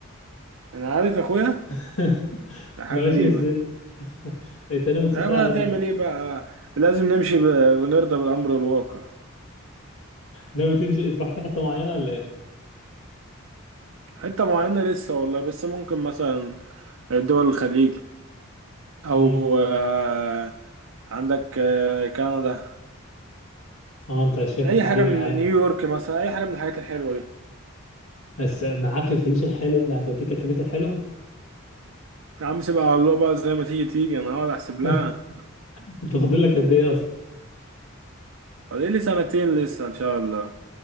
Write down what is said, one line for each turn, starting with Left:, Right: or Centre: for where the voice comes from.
Right: انا عارف يا اخويا
Left: <laughs>
Right: ده حاجه
Left: ده
Right: غريبه
Left: ماشي ازاي انت ناوي تسافر
Right: اه بقى
Left: على
Right: تعمل ايه بقى لازم نمشي ب... ونرضى بالامر الواقع
Left: ناوي تمشي تروح في حته معينه ولا ايه
Right: حته معينه لسه والله بس ممكن مثلا دول الخليج او
Left: امم
Right: آه عندك آه كندا
Left: اه انت شايف
Right: اي
Left: التعليم
Right: حاجه من
Left: العالي
Right: نيويورك مثلا اي حاجه من الحاجات الحلوه دي
Left: بس معاك الفلوس الحلوه اللي هتوديك الحاجات الحلوه
Right: يا عم سيبها على الله بقى زي ما تيجي تيجي انا هقعد احسب لها
Left: <laughs> انت فاضل لك قد ايه اصلا
Right: فاضل لي سنتين لسه ان شاء الله